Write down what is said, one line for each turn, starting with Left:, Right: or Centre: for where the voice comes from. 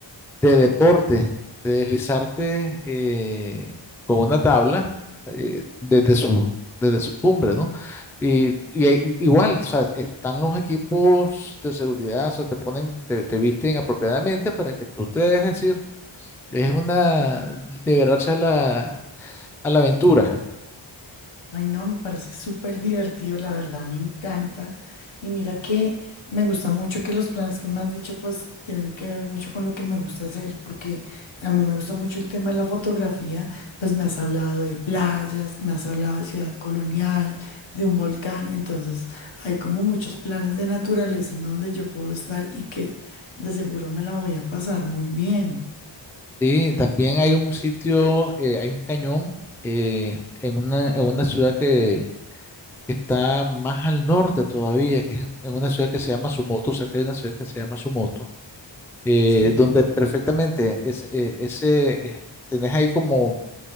Centre: de deporte, de deslizarte eh, con una tabla eh, desde su, desde su cumbre, ¿no? Y, y hay- igual, o sea, están los equipos de seguridad, o sea, te ponen, te, te visten apropiadamente para que tú te dejes ir. Es una, liberarse a la, a la aventura.
Left: Ay, no, me parece súper divertido, la verdad, me encanta. Y mira que me gusta mucho que los planes que me has dicho, pues, tienen que ver mucho con lo que me gusta hacer, porque a mí me gusta mucho el tema de la fotografía, pues me has hablado de playas, me has hablado de ciudad colonial, de un volcán, entonces hay como muchos planes de naturaleza en donde yo puedo estar y que de seguro me la voy a pasar muy bien.
Centre: Y también hay un sitio, eh, hay un cañón eh, en una, en una ciudad que que está más al norte todavía, que es en en una ciudad que se llama Sumoto, cerca de una ciudad que se llama Sumoto, eh,
Left: Sí,
Centre: donde perfectamente es, eh, ese, eh, tenés ahí como,